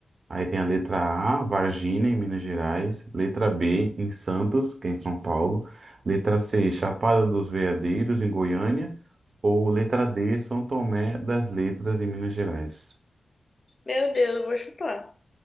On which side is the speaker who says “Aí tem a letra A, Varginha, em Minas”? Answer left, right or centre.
Right